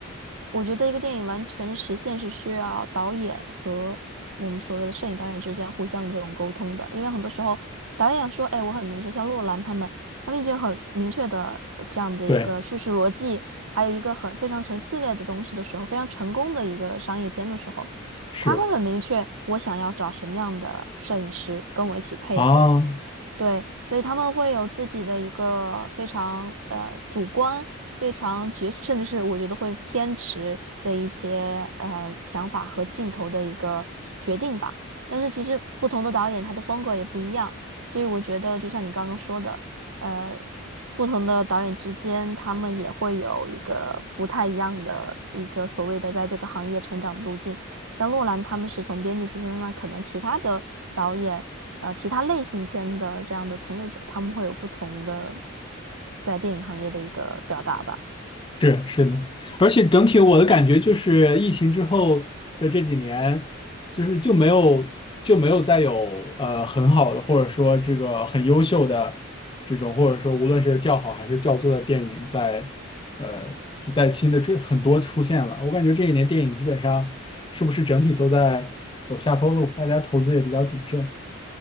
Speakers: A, on the right; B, on the left.
A: 我觉得一个电影完全的实现是需要导演和我们所谓的摄影导演之间互相的这种沟通的，因为很多时候导演说，哎，我很明确，像洛兰他们。他们已经很明确的呃这样的一个叙事逻辑，
B: 对，
A: 还有一个很非常成系列的东西的时候，非常成功的一个商业片的时候，
B: 是
A: 他会很明确我想要找什么样的摄影师跟我一起配合。
B: 啊。
A: 对，所以他们会有自己的一个非常呃主观、非常绝，甚至是我觉得会偏执的一些呃想法和镜头的一个决定吧。但是其实不同的导演他的风格也不一样，所以我觉得就像你刚刚说的。呃，不同的导演之间，他们也会有一个不太一样的一个所谓的在这个行业成长的路径。像洛兰他们是从编剧出身，那可能其他的导演，呃，其他类型片的这样的从业者，他们会有不同的在电影行业的一个表达吧。
B: 是是的，而且整体我的感觉就是，疫情之后的这几年，就是就没有就没有再有呃很好的，或者说这个很优秀的这种，或者说无论是较好还是较作的电影在，呃就在新的这很多出现了。我感觉这一年电影基本上是不是整体都在走下坡路，大家投资也比较谨慎。